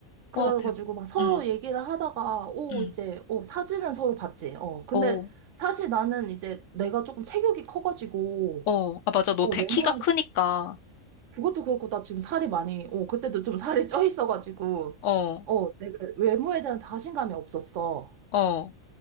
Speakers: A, on the right; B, on the left.
A: 그래가지고
B: 와, 대박.
A: 막 서로
B: 응,
A: 얘기를 하다가, 오,
B: 응.
A: 이제, 어, 사진은 서로 봤지. 어, 근데
B: 어,
A: 사실 나는 이제 내가 조금 체격이 커가지고,
B: 어. 아, 맞아. 너
A: 어,
B: 대-
A: 외모에
B: 키가 크니까.
A: 그것도 그렇고 나 지금 살이 많이 어 그때도 좀 살이 쪄 있어가지고
B: 어,
A: 어 내가 외모에 대한 자신감이 없었어.
B: 어.